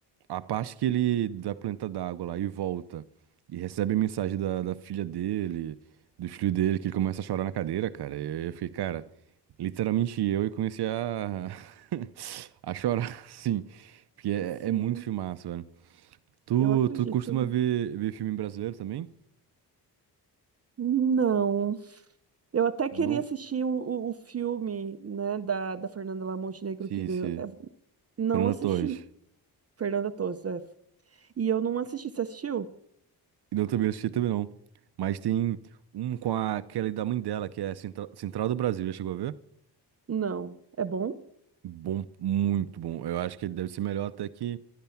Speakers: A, on the right; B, on the right.
A: A parte que ele da planta d'água lá e volta e recebe a mensagem da, da filha dele, do filho dele, que ele começa a chorar na cadeira, cara. Eu, eu fiquei, cara, literalmente eu e comecei a <laughs> a chorar, assim, porque é,
B: Sim.
A: é muito filmaço, velho. Tu,
B: Eu acredito.
A: tu costuma ver, ver filme brasileiro também?
B: Não. Eu até
A: Não.
B: queria assistir o, o, o filme, né, da, da Fernanda lá Montenegro
A: Sim,
B: que ganhou.
A: sim.
B: É, não
A: Fernanda
B: assisti.
A: Torres.
B: Fernanda Torres, é. E eu não assisti. Você assistiu?
A: Não, também não assisti também não. Mas tem um com a Kelly da mãe dela, que é Central, Central do Brasil, já chegou a ver?
B: Não. É bom?
A: Bom, muito bom. Eu acho que ele deve ser melhor até que,